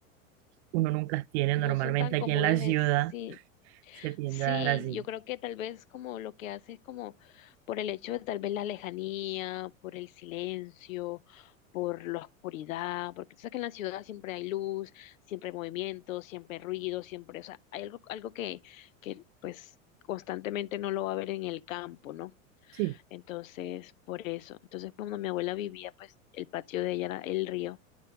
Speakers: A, on the right (about 55°); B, on the left (about 75°).
A: uno nunca tiene
B: no
A: normalmente
B: son tan cómodos,
A: aquí en la
B: es-
A: ciudad,
B: sí,
A: se tiende
B: sí,
A: a dar así.
B: yo creo que tal vez como lo que hace es como por el hecho de tal vez la lejanía, por el silencio, por la oscuridad, porque tú sabes que en la ciudad siempre hay luz, siempre hay movimiento, siempre hay ruido, siempre, o sea, hay algo, algo que, que pues constantemente no lo va a ver en el campo, ¿no?
A: Sí,
B: Entonces, por eso. Entonces, cuando mi abuela vivía, pues el patio de ella era el río.